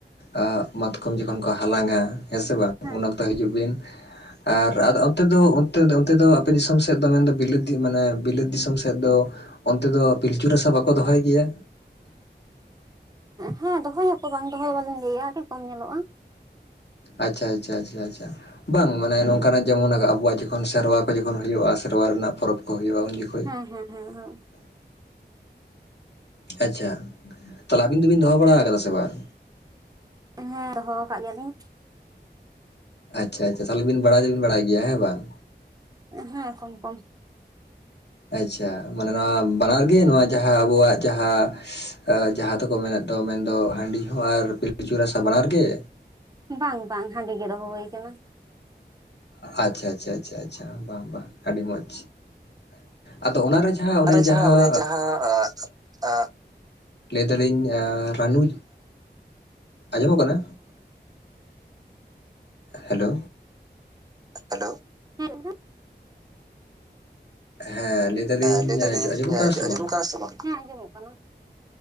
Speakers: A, on the left; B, on the right.
A: ᱟᱸᱜ ᱢᱟᱛᱠᱚᱢ ᱡᱚᱠᱷᱚᱱ ᱠᱚ ᱦᱟᱞᱟᱝᱼᱟ ᱦᱮᱸ ᱥᱮ ᱵᱟᱝ
B: ᱦᱮᱸ
A: ᱩᱱ ᱚᱠᱛᱚ ᱦᱤᱡᱩᱜ ᱵᱤᱱ ᱟᱨ ᱚᱱᱛᱮ ᱫᱚ ᱚᱱᱛᱮ ᱫᱚ ᱚᱱᱛᱮ ᱫᱚ ᱟᱯᱮ ᱫᱤᱥᱚᱢ ᱥᱮᱫ ᱫᱚ ᱢᱮᱱᱫᱚ ᱵᱤᱞᱟᱹᱛᱤ ᱢᱟᱱᱮ ᱵᱤᱞᱟᱹᱛ ᱫᱤᱥᱚᱢ ᱥᱮᱫ ᱫᱚ ᱚᱱᱛᱮ ᱫᱚ ᱯᱤᱞᱪᱩ ᱨᱟᱥᱟ ᱵᱟᱠᱚ ᱫᱚᱦᱚᱭ ᱜᱮᱭᱟ?
B: ᱦᱮᱸ ᱫᱚᱦᱚᱭᱟᱠᱚ ᱵᱟᱝ ᱫᱚᱦᱚ ᱵᱟᱞᱤᱧ ᱞᱟᱹᱭᱟ ᱟᱹᱰᱤ ᱠᱚᱢ ᱧᱮᱞᱚᱜᱼᱟ᱾
A: ᱟᱪᱪᱷᱟ ᱟᱪᱪᱷᱟ ᱟᱪᱪᱷᱟ ᱟᱪᱪᱷᱟ᱾ ᱵᱟᱝ ᱢᱟᱱᱮ ᱱᱚᱝᱠᱟᱱᱟᱜ ᱡᱮᱢᱚᱱ ᱟᱵᱚᱣᱟᱜ ᱡᱚᱠᱷᱚᱱ ᱥᱮᱨᱣᱟ ᱠᱚ ᱡᱚᱠᱷᱚᱱ ᱦᱩᱭᱩᱜᱼᱟ ᱥᱮᱨᱣᱟ ᱨᱮᱱᱟᱜ ᱯᱚᱨᱚᱵᱽ ᱠᱚ ᱦᱩᱭᱩᱜᱼᱟ ᱩᱱ ᱡᱚᱠᱷᱚᱱ
B: ᱦᱮᱸ ᱦᱮᱸ ᱦᱮᱸ ᱦᱮᱸ᱾
A: ᱟᱪᱪᱷᱟ ᱛᱟᱦᱚᱞᱮ ᱟᱵᱤᱱ ᱫᱚᱵᱤᱱ ᱫᱚᱦᱚ ᱵᱟᱲᱟᱠᱟᱫᱟ ᱥᱮ ᱵᱟᱝ?
B: ᱦᱮᱸ ᱫᱚᱦᱚ ᱟᱠᱟᱫ ᱜᱮᱭᱟᱞᱤᱧ᱾
A: ᱟᱪᱪᱷᱟ ᱟᱪᱪᱷᱟ ᱛᱟᱦᱚᱞᱮ ᱵᱤᱱ ᱵᱟᱲᱟᱭ ᱫᱚᱵᱤᱱ ᱵᱟᱲᱟᱭ ᱜᱮᱭᱟ ᱦᱮᱸ ᱵᱟᱝ?
B: ᱦᱮᱸ ᱠᱚᱢ ᱠᱚᱢ᱾
A: ᱟᱪᱪᱷᱟ ᱢᱟᱱᱮ ᱱᱚᱣᱟ ᱵᱟᱱᱟᱨ ᱜᱮ ᱱᱚᱣᱟ ᱡᱟᱦᱟᱸ ᱟᱵᱚᱣᱟᱜ ᱡᱟᱦᱟᱸ ᱡᱟᱸᱦᱟ ᱫᱚᱠᱚ ᱢᱮᱱᱮᱫ ᱫᱚ ᱢᱮᱱᱫᱚ ᱦᱟᱺᱰᱤ ᱦᱚᱸ ᱟᱨ ᱯᱤᱞᱩᱪᱩ ᱨᱟᱥᱟ ᱵᱟᱱᱟᱨ ᱜᱮ?
B: ᱵᱟᱝ ᱵᱟᱝ ᱦᱟᱸᱰᱤ ᱜᱮ ᱫᱚᱦᱚ ᱦᱩᱭ ᱟᱠᱟᱱᱟ᱾
A: ᱟᱪᱪᱷᱟ ᱟᱪᱪᱷᱟ ᱟᱷᱟᱷᱟ ᱵᱟᱝ ᱵᱟᱝ ᱟᱹᱰᱤ ᱢᱚᱡᱽ᱾ ᱟᱫᱚ ᱚᱱᱟᱨᱮ ᱡᱟᱦᱟᱸ ᱚᱱᱮ
B: ᱟᱨᱚ
A: ᱡᱟᱦᱟᱸ
B: ᱚᱱᱮ ᱡᱟᱦᱟᱸ
A: ᱞᱟᱹᱭ ᱫᱟᱞᱤᱧ ᱨᱟᱱᱩ, ᱟᱸᱡᱚᱢᱚᱜ ᱠᱟᱱᱟ? ᱦᱮᱞᱳ
B: ᱦᱮᱞᱳ ᱦᱮᱸ <inaudible>
A: ᱦᱮᱸ ᱞᱟᱹᱭ
B: ᱦᱮᱸ ᱞᱟᱹᱭ ᱫᱟᱞᱤᱧ
A: ᱟᱸᱡᱚᱢᱚᱜ ᱠᱟᱱᱟ ᱥᱮ
B: ᱟᱸᱡᱚᱢᱚᱜ
A: ᱵᱟᱝ
B: ᱠᱟᱱᱟ ᱥᱮ ᱵᱟᱝ? ᱦᱮᱸ ᱟᱡᱚᱢᱜ ᱠᱟᱱᱟ᱾